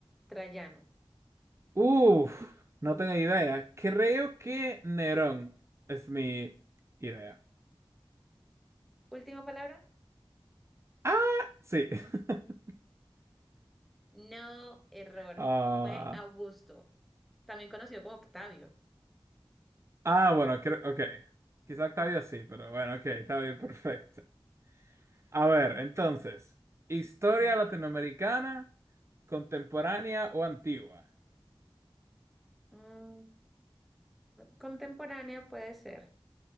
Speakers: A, in the centre; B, on the right.
A: Trayano.
B: Uf, no tengo idea. Creo que Nerón es mi idea.
A: Última palabra.
B: Ah, sí. <laughs>
A: No, error.
B: Ah,
A: Fue Augusto, también conocido como Octavio.
B: ah, bueno, creo, ok. Quizá Octavio sí, pero bueno, ok, está bien, perfecto. A ver, entonces, historia
A: Bueno,
B: latinoamericana, contemporánea o antigua.
A: mm, contemporánea puede ser.